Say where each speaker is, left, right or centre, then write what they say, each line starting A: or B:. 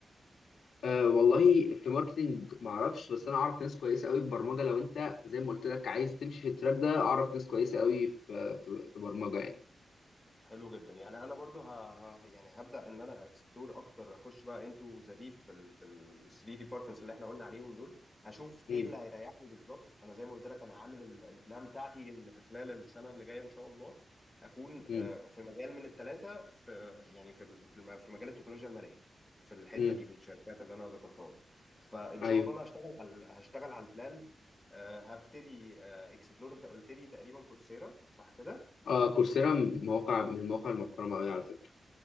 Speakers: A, on the left; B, on the left.
A: أه والله في ماركتينج ما اعرفش بس انا اعرف ناس كويسه قوي في برمجه لو انت زي ما قلت لك عايز تمشي في التراك ده اعرف ناس كويسه قوي في في, في برمجه يعني
B: حلو جدا يعني انا برضو ه... ه... يعني هبدا ان انا اكسبلور اكتر اخش بقى انتو ذا ديب في ال في ال 3 ديبارتمنتس اللي احنا قلنا عليهم دول هشوف ايه
A: امم
B: اللي هيريحني بالظبط انا زي ما قلت لك انا عامل ال- البلان بتاعتي ان في خلال السنه اللي جايه ان شاء الله اكون
A: امم
B: آه، في مجال من الثلاثه في يعني في ال- في الم- في مجال التكنولوجيا الماليه في الحته
A: امم
B: دي في الشركات اللي انا ذكرتها لك فان شاء
A: ايوه
B: الله انا هشتغل على هشتغل على البلان آه، هبتدي اكسبلور انت قلت لي تقريبا كورسيرا صح كده
A: اه كورسيرا مواقع من المواقع المحترمه قوي على فكره